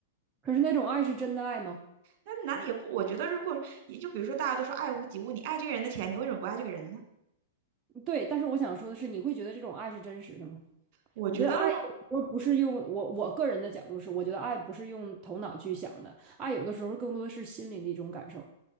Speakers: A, on the right; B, on the right.
A: 可是那种爱是真的爱吗？
B: 那男的也不，我觉得如果也就比如说大家都说爱屋及乌，你爱这个人的钱，你为什么不爱这个人呢？
A: 对，但是我想说的是，你会觉得这种爱是真实的吗？
B: 我觉得的话，
A: 我觉得爱有时候不是用我我个人的角度是，我觉得爱不是用头脑去想的，爱有的时候更多的是心灵的一种感受，